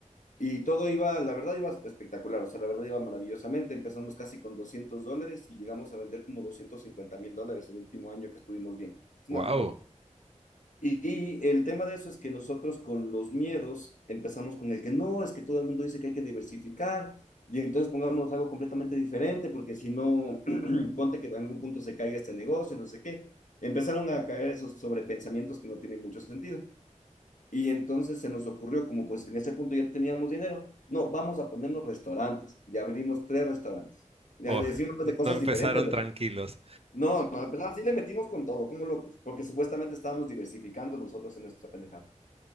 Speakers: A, on the left (about 80°); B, on the right (about 50°).
A: Y todo iba, la verdad iba espectacular, o sea, la verdad iba maravillosamente. Empezamos casi con 200 dólares y llegamos a vender como 250 mil dólares el último año que estuvimos bien. Es
B: Wow.
A: una full locura. Y, y el tema de eso es que nosotros con los miedos empezamos con el que no, es que todo el mundo dice que hay que diversificar y entonces pongámonos algo completamente diferente porque si no, <clears throat> ponte que en algún punto se caiga este negocio, no sé qué. Empezaron a caer esos sobrepensamientos que no tienen mucho sentido. Y entonces se nos ocurrió, como pues en ese punto ya teníamos dinero, no, vamos a ponernos restaurantes. Ya abrimos tres restaurantes. Ya
B: Oh,
A: decimos
B: <laughs>
A: pues,
B: no,
A: de cosas
B: no empezaron
A: diferentes, ¿verdad?
B: tranquilos,
A: No, no, pues así le metimos con todo, como locos, porque supuestamente estábamos diversificando nosotros en nuestra pendejada.